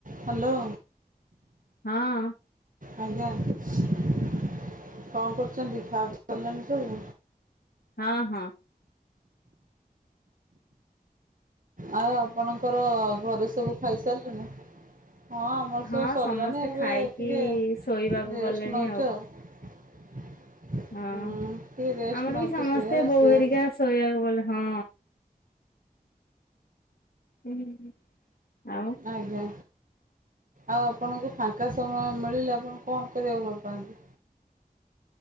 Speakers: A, on the right (about 60°); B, on the left (about 80°).
A: Hello.
B: ହଁ।
A: ଆଜ୍ଞା କଣ କରୁଚନ୍ତି? ଖାଇବା ପିଇବା ସରିଲାଣି ସବୁ?
B: ହଁ ହଁ
A: ଆଉ ଆପଣଙ୍କର ଘରେ ସବୁ ଖାଇସାରିଲେଣିି? ହଁ ଆମର
B: ହଁ
A: ସବୁ ସରିଲାଣି।
B: ସମସ୍ତେ
A: ଏବେ
B: ଖାଇକି
A: ଟିକେ
B: ଶୋଇବାକୁ
A: ରେଷ୍ଟ
B: ଗଲେଣି
A: ନେଉଛୁ ଆଉ। <unintelligible>
B: ହଁ
A: ହୁଁ ଟିକେ ରେଷ୍ଟ
B: ଆମର
A: ନଉଛୁ
B: ବି ସମସ୍ତେ
A: ସେଇଆ
B: ବୋଉ
A: ସେଇଆ
B: ହେରିକା
A: ତ
B: ଶୋଇବାକୁ ଗଲେ। ହଁ। ହୁଁ ହୁଁ ହ
A: ଆଜ୍ଞା। ଆଉ ଆପଣଙ୍କୁ ଫାଙ୍କା ସମୟ ମିଳିଲେ ଆପଣ କଣ କରିବାକୁ ଭଲ ପାଆନ୍ତି?